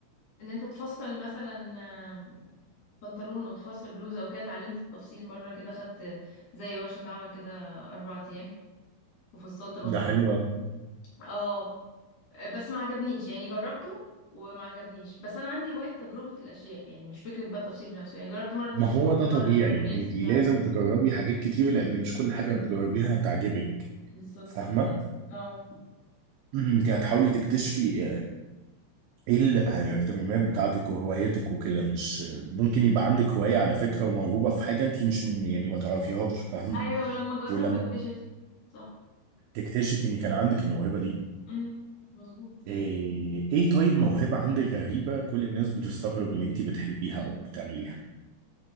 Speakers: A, on the left; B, on the right.
A: ان انت تفصل مثلا أم، بنطلون او تفصل بلوزة او كده اتعلمت التفصيل مرة كده خدت زي ورشة عمل كده اربع ايام وفصلت بنطلون
B: ده حلو أوي.
A: اه بس ما عجبنيش يعني جربته وما عجبنيش بس انا عندي هواية تجربة الاشياء يعني مش فكرة بقى التفصيل بنفسه يعني جربت مرة تفصيل
B: ما هو ده طبيعي
A: مرة تطريز
B: انت
A: مش
B: لازم
A: عارفة ايه
B: تجربي حاجات كتير لان مش كل حاجه بتجربيها هتعجبك
A: بالظبط
B: فاهمه
A: كده اه
B: انت هتحاولي تكتشفي ايه الاهتمامات بتاعتك وهوايتك وكده مش ممكن يبقى عندك هواية على فكرة وموهوبة في حاجة انت مش م- يعني ما تعرفيهاش فاهمة
A: ايوه ولما اجرب
B: ولما
A: اكتشف صح
B: تكتشف ان كان عندك الموهبة دي
A: امم مظبوط
B: ايه, إيه طيب موهبة عندك غريبة كل الناس بتستغرب ان انت بتحبيها او بتعمليها